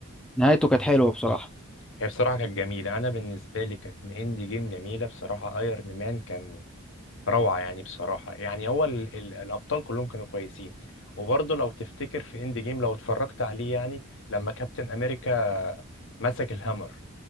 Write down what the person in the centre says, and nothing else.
نهايته كانت حلوه بصراحه